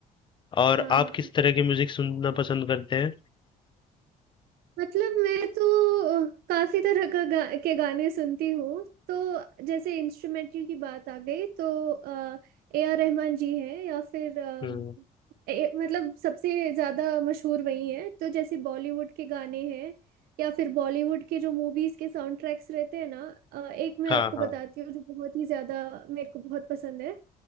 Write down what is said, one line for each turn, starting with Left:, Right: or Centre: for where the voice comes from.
Left: और
Right: हाँ
Left: आप
Right: हाँ
Left: किस तरह की म्यूजिक सुनना पसंद करते हैं
Right: मतलब मैं तो अ, काफी तरह का गा, के गाने सुनती हूँ तो जैसे इंस्ट्रूमेंटल की बात आ गई तो ए आर रहमान जी हैं या फिर अम,
Left: हम्म
Right: ए, मतलब सबसे ज्यादा मशहूर वही हैं तो जैसे बॉलीवुड के गाने हैं या फिर बॉलीवुड के जो मूवीज के साउंड ट्रैक्स रहते हैं ना अ, एक मैं
Left: हाँ
Right: आपको
Left: हाँ
Right: बताती हूँ जो बहुत ही ज्यादा मेरे को बहुत पसंद है